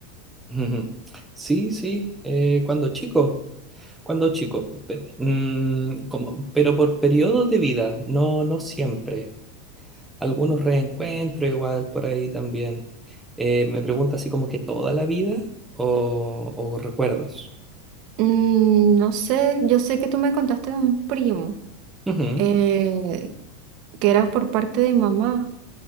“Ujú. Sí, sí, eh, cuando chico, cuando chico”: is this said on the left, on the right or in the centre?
Centre